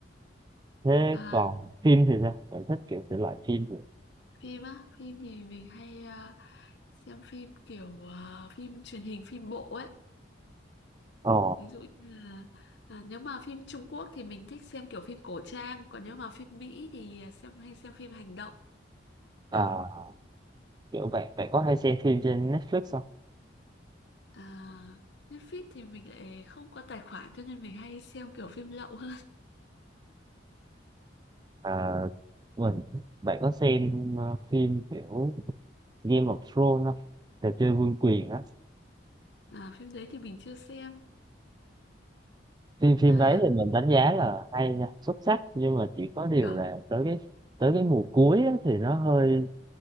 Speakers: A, on the right; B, on the left.
A: Thế
B: à,
A: còn phim thì sao? Bạn thích kiểu thể loại phim gì?
B: phim á phim thì mình hay à, xem phim kiểu à, phim truyền hình phim bộ ấy
A: Ờ.
B: ví dụ như là à, nếu mà phim Trung Quốc thì mình thích xem kiểu phim cổ trang còn nếu mà phim Mỹ thì xem hay xem phim hành động
A: À,
B: đấy
A: kiểu bạn bạn có hay xem phim trên Netflix không?
B: à, Netflix thì mình lại không có tài khoản cho nên mình hay xem kiểu phim lậu hơn
A: À, mình bạn có xem ờ, phim kiểu Game of Thrones không? Trò chơi vương quyền á.
B: <laughs> à, phim đấy thì mình chưa xem
A: Phim phim
B: à,
A: đấy thì mình đánh giá là hay nha, xuất sắc nhưng mà chỉ có điều
B: nhở.
A: là tới cái tới cái mùa cuối á, thì nó hơi